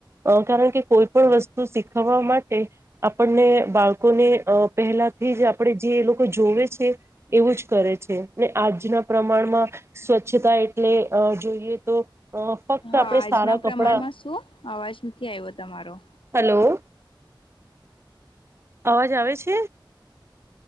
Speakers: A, on the right; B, on the left.
A: અ કારણ કે કોઈ પણ વસ્તુ શીખવવા માટે આપણને બાળકોને અ પહેલા થીજ આપડે જે લોકો જોવે છે એવું જ કરે છે ને આજના પ્રમાણમાં સ્વચ્છતા એટલે જોઈએ તો અ ફક્ત
B: હા
A: આપડે
B: આજના
A: સારા કપડા
B: પ્રમાણમાં શું અવાજ નથી આવ્યો તમારો
A: હલો અવાજ આવે છે